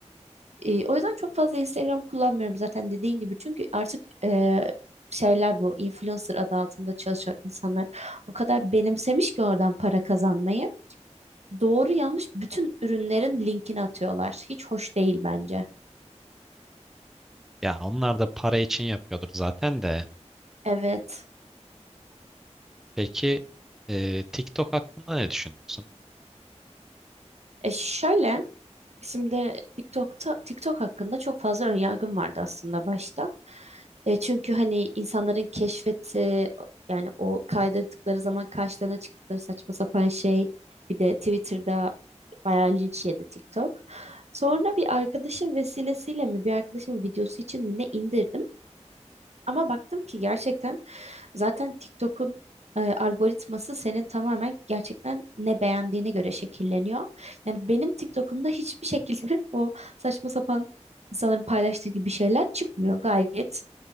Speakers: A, on the right; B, in the centre.
A: e, o yüzden çok fazla Instagram kullanmıyorum zaten dediğin gibi çünkü artık e, şeyler bu influencer adı altında çalışan insanlar o kadar benimsemiş ki oradan para kazanmayı doğru yanlış bütün ürünlerin linkini atıyorlar hiç hoş değil bence.
B: Ya onlar da para için yapıyordur zaten de.
A: Evet.
B: Peki e, TikTok hakkında ne düşünüyorsun?
A: E şöyle Şimdi TikTok'ta TikTok hakkında çok fazla önyargım vardı aslında başta. E, çünkü hani insanların keşfeti yani o kaydırdıkları zaman karşılarına çıktıkları saçma sapan şey bir de Twitter'da bayağı linç yedi TikTok. Sonra bir arkadaşım vesilesiyle mi bir arkadaşımın videosu için mi ne indirdim ama baktım ki gerçekten Zaten TikTok'un e, algoritması senin tamamen gerçekten ne beğendiğine göre şekilleniyor. Yani benim TikTok'umda hiçbir şekilde <laughs> o saçma sapan insanların paylaştığı gibi şeyler çıkmıyor. Gayet